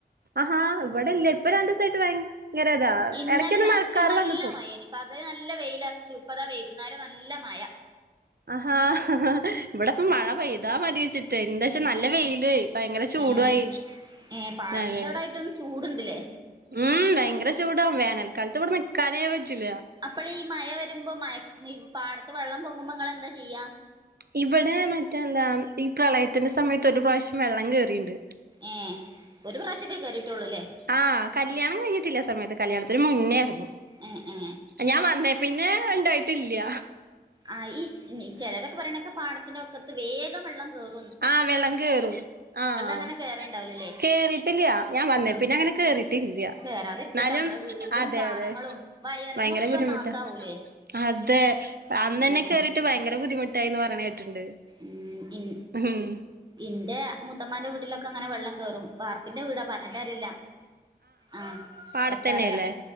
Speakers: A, on the right (about 70°); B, on the right (about 25°).
A: ആഹാ വടെല്ലെ പ്പ രണ്ട്സായിട്ട് വയ ഭങ്കരതാ
B: ഇന്നലെ
A: എടക്കൊന്ന്
B: രാത്രി
A: മഴക്കാറ്
B: നല്ല
A: വന്ന്പോവും
B: മഴേനി പകല് നല്ല വെയിലർച്ചു, പ്പതാ വൈകുന്നേരം നല്ല മയ
A: ആഹാ ഇവിടെപ്പ മഴ പെയ്താ മതിച്ചിട്ടേ എന്താച്ചാ നല്ല വെയിലെയ് ഭയങ്കര ചൂടുആയി
B: ഏ ഏ പാടത്തിന്റെ
A: അതെ
B: അവിടായിട്ടും ചൂടുണ്ടില്ലേ
A: ഉം ഭയങ്കര ചൂടാ വേനൽക്കാലത്ത് വടെ നിക്കാനെ പറ്റില്ല
B: അപ്പളീ മയ വരുമ്പോ മയ ഈ പാടത്ത് വെള്ളം പൊങ്ങുമ്പോ ങ്ങളെന്താ ചെയ്യാ
A: ഇവിടെ മറ്റെന്താ ഈ പ്രളയത്തിന്റെ സമയത്ത് ഒരു പ്രാവശ്യം വെള്ളം കേറീണ്ട്
B: ഏഹ് ഒരു പ്രാവശ്യക്കേ കേറിട്ടൊള്ളൂല്ലേ
A: ആഹ് കല്യാണം കഴിഞ്ഞിട്ടില്ലാ സമയത്ത് കല്യാണത്തിന് മുന്നേർന്നു.
B: ഏ ഏ
A: ഞാൻ വന്നേ പിന്നെ ണ്ടായിട്ടില്ല്യ
B: ആഹ് ഈ ച് ചെലരൊക്കെ പറിണേക്ക പാടത്തിന്റ വക്കത്ത് വേഗം വെള്ളം കേറും
A: ആഹ് വെള്ളം കേറും. ആഹ്
B: അങ്ങനെ കേറേണ്ടാവൂലല്ലേ
A: കേറിട്ടില്ല്യാ.. ഞാൻ വന്നേ
B: ഉം
A: പിന്നങ്ങനെ കേറിട്ടില്ല്യ,
B: കേറാതിരിക്കട്ടെ
A: ന്നാലും
B: നമ്മളെ വീടും
A: അതെ
B: സാധനങ്ങളും
A: അതെ
B: വയറിങ്ങൊക്കെ
A: ഭയങ്കര ബുദ്ധിമുട്ടാ
B: നാസാവൂലേ
A: അതെ അന്നന്നെ
B: ഉം
A: കേറിട്ട് ഭയങ്കര ബുദ്ധിമുട്ടായിന്ന് പറയ്ണേട്ട്ണ്ട്
B: ഉം ഇൻ
A: ഹും
B: ഇന്റെ മുത്തമ്മാന്റെ വീട്ടിലൊക്കെങ്ങനെ വെള്ളം കേറും വാർപ്പിന്റെ വീടാ പർഞ്ഞിട്ടാര്യല്ല ആഹ്
A: പാടത്തന്നെയല്ലേ
B: എത്താറ്യ